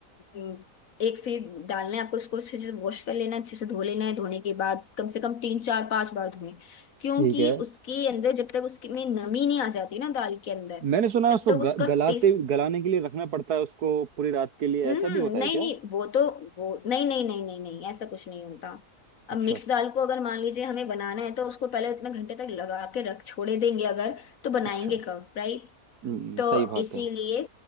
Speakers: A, on the left; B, on the right.
A: अम, एक फीट डालना है आपको उसको अच्छे से वॉश कर लेना है अच्छे से धो लेना है धोने के बाद कम से कम तीन चार पांच बार धोएं क्योंकि
B: ठीक है
A: उसके अंदर जब तक उसके में नमी नहीं आ जाती ना दाल के अंदर
B: मैंने सुना है
A: तब
B: उसको
A: तक उसका
B: ग- गलाते
A: टेस्ट
B: गलाने के लिए रखना पड़ता है उसको पूरी रात के लिए
A: हम्म,
B: ऐसा भी होता है
A: नहीं
B: क्या
A: नहीं वो तो वो नहीं नहीं नहीं नहीं नहीं ऐसा कुछ नहीं होता अब
B: अच्छा
A: मिक्स दाल को अगर मान लीजिए हमें बनाना है तो उसको पहले इतने घंटे तक लगा के रख छोड़े देंगे अगर तो बनाएंगे
B: अच्छा
A: कब राइट
B: हम्म,
A: तो
B: सही बात
A: इसीलिए
B: है